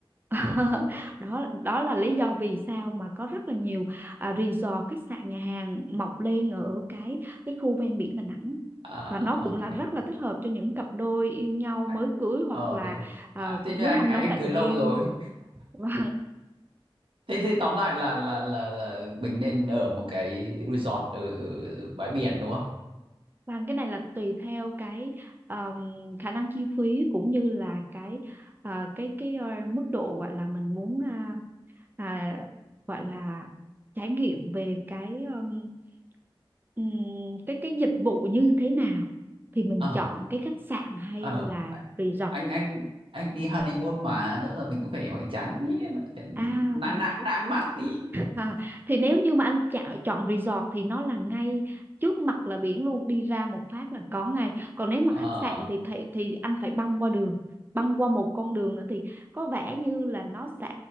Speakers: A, on the right; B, on the right.
A: <laughs> đó đó là lý do vì sao mà có rất là nhiều à, resort khách sạn nhà hàng mọc lên ở cái cái khu ven biển Đà Nẵng
B: à
A: và nó cũng
B: ok
A: là rất là thích hợp cho những cặp đôi yêu nhau
B: Ai-
A: mới cưới hoặc
B: ờ
A: là
B: thế à,
A: à,
B: à thế
A: muốn
B: như anh
A: hâm
B: anh
A: nóng
B: anh
A: lại
B: cưới
A: tình
B: lâu
A: yêu
B: rồi
A: và,
B: <laughs> thế thì tóm lại là là là, là mình nên ở một cái resort ở ở bãi biển đúng không
A: và cái này là tùy theo cái um, khả năng chi phí cũng như là cái à, cái cái ờ, mức độ gọi là mình muốn à, à, gọi là trải nghiệm về cái um, ừm, cái cái dịch vụ như thế nào thì mình
B: ờ
A: chọn cái khách sạn hay
B: ờ
A: là resort
B: anh anh anh đi honeymoon mà rõ ràng mình cũng phải hoành tráng tí mà phải
A: à
B: nắng
A: và
B: nắng nắng mạn tí
A: À, thì nếu như mà anh chọn chọn resort thì nó là ngay trước mặt là biển luôn đi ra một phát là có ngay còn nếu mà
B: ờ
A: khách sạn thì thì, thì anh phải băng qua đường băng qua một con đường nữa thì có vẻ như là nó sẽ